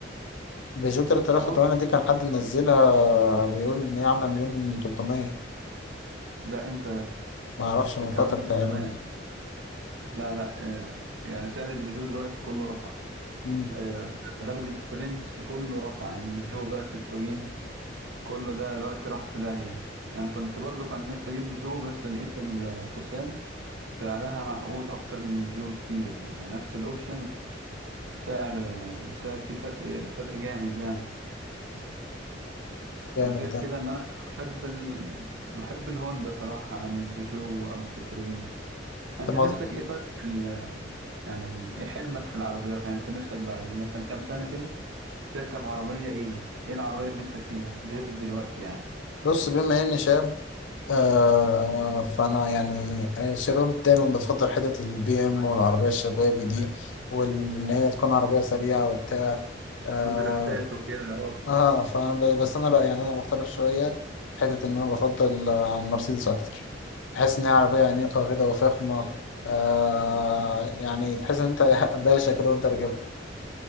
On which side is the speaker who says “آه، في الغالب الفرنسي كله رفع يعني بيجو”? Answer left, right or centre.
Right